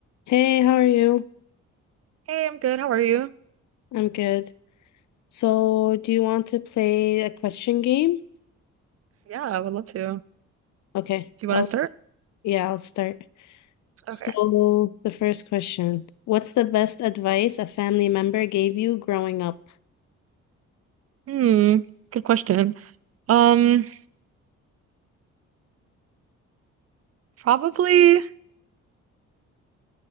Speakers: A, on the left; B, on the right.
A: Hey, how are you?
B: Hey, I'm good. How are you?
A: I'm good. So, do you want to play a question game?
B: Yeah, I would love to. Do
A: Okay,
B: you want
A: I'll
B: to start?
A: yeah, I'll start. So,
B: Okay.
A: the first question. What's the best advice a family member gave you growing up?
B: Hmm. Good question. Um, probably,